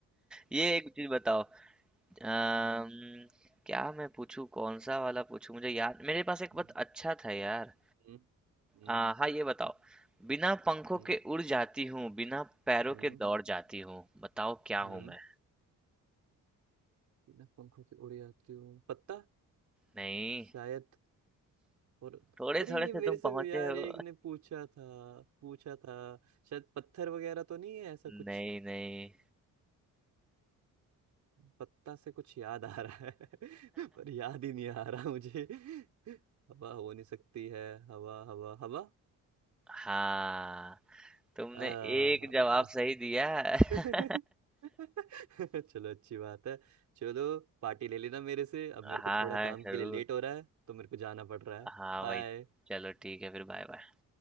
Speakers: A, in the centre; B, on the right.
A: ये एक चीज़ बताओ अम्म,
B: हम्म
A: क्या मैं पूछूं कौन सा वाला पूछूं मुझे याद मेरे पास एक
B: हम्म
A: बहुत अच्छा था यार
B: हम्म हम्म
A: आ, हाँ ये बताओ बिना पंखों
B: हम्म
A: के उड़ जाती हूँ बिना पैरों
B: हम्म,
A: के दौड़ जाती हूँ बताओ क्या
B: हम्म।
A: हूँ मैं
B: बिना पंखों के उड़ जाती हूँ पत्ता
A: नहीं
B: शायद और
A: थोड़े
B: अरे
A: थोड़े
B: ये
A: से
B: मेरे
A: तुम
B: से
A: पहुंचे
B: भी यार
A: हो
B: एक ने पूछा था पूछा था शायद पत्थर वगैरह तो नहीं है ऐसा कुछ
A: नहीं नहीं
B: पत्ता से कुछ याद आ रहा है <laughs> पर याद ही नहीं आ रहा मुझे हवा हो नहीं सकती है हवा हवा हवा
A: हाँ तुमने
B: आ...
A: एक जवाब सही दिया <laughs>
B: <laughs> चलो अच्छी बात है चलो पार्टी ले लेना मेरे से अब मेरे
A: हाँ
B: को थोड़ा
A: हाँ
B: काम
A: जरूर
B: के लिए लेट हो रहा है तो मेरे को जाना पड़ रहा है
A: हाँ
B: बाय
A: भाई चलो ठीक है फिर बाय बाय